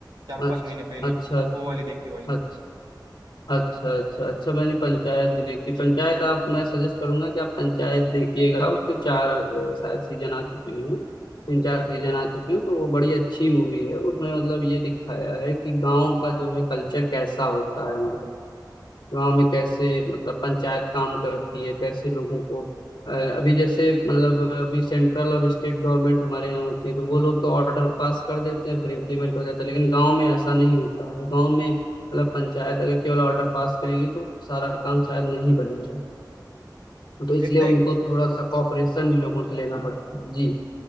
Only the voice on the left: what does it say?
अच्छा
अच्छा अच्छा
अच्छा अच्छा अच्छा मैंने पंचायत देखी पंचायत आप मैं सजेस्ट करूंगा कि आप पंचायत देखिएगा उसके चार अ, शायद सीजन आ चुके हैं तीन चार सीजन आ चुके हैं तो वो बड़ी अच्छी मूवी है उसमें मतलब ये दिखाया है कि गांव का जो है कल्चर कैसा होता है हमारे गांव में कैसे मतलब पंचायत काम करती है कैसे लोगों को अ, अभी जैसे मतलब अभी सेंट्रल और स्टेट गवर्नमेंट हमारे यहाँ होती है तो वो लोग तो ऑर्डर पास कर देते हैं फिर इम्प्लीमेंट हो जाता है लेकिन गांव में ऐसा नहीं होता है गांव में मतलब पंचायत अगर केवल ऑर्डर पास करेगी तो सारा काम शायद नहीं बनेगा तो इसलिए
उनको
थोड़ा सा कॉपरेशन भी लोगों से लेना पड़ता है जी